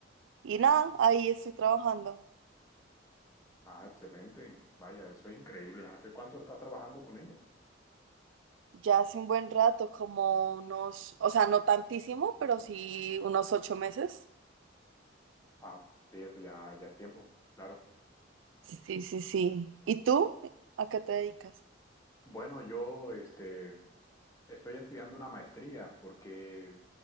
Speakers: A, on the right; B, on the left.
A: Y nada, ahí estoy trabajando.
B: Ah, excelente. Vaya, eso es increíble. ¿Hace cuánto estás trabajando con ellos?
A: Ya hace un buen rato, como unos, o sea, no tantísimo, pero sí unos ocho meses.
B: Ah, sí, eso ya, ya es tiempo, claro.
A: Sí, sí, sí. ¿Y tú? ¿A qué te dedicas?
B: Bueno, yo este, estoy estudiando una maestría porque